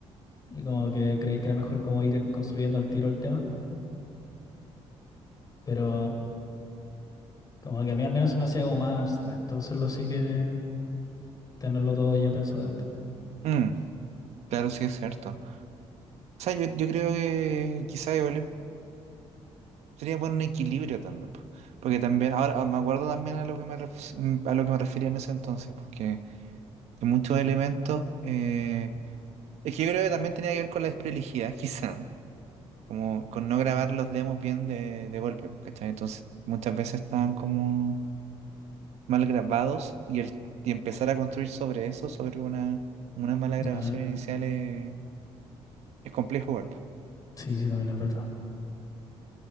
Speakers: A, on the left (about 35°); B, on the right (about 80°).
A: Y como que creí que era mejor como ir construyendo al tiro el tema, pero como que a mí al menos se me hacía como más abstracto hacerlo así que tenerlo todo ya pensado de antes.
B: Mm, claro, sí es cierto. O sea, yo, yo creo que quizás igual sería poner un equilibrio también, po. porque también, ahora ah, me acuerdo también a lo que me, ref- mm, a lo que me refería en ese entonces, porque... que muchos elementos. eh, es que yo creo que también tenía que ver con la desprolijidad, <laughs> quizá, como con no grabar los demos bien de, de golpe, pues, ¿cachai? Entonces, muchas veces estaban como mal grabados y, el, y empezar a construir sobre eso, sobre una, una mala grabación
A: Ah,
B: inicial, eh, es complejo igual, pues.
A: sí, sí, también es verdad.